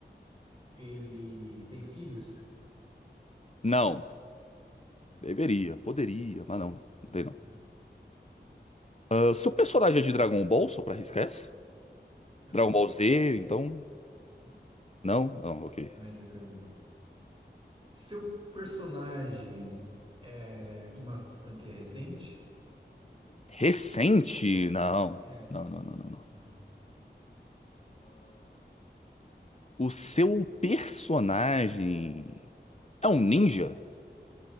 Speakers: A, on the right (about 25°); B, on the left (about 35°).
A: ele tem filhos?
B: não,
A: Não.
B: deveria, poderia, mas não, não tem não.
A: Ah, bem.
B: Ah, seu personagem é de Dragon Ball, só pra arriscar essa?
A: Ah,
B: Dragon
A: Não.
B: Ball Z, então?
A: Não.
B: Não? Não, ok.
A: Não é de Dragon Ball. Seu personagem é de uma franquia recente?
B: Recente? Não.
A: É.
B: Não, não, não, não, não.
A: Não.
B: O seu personagem é um ninja?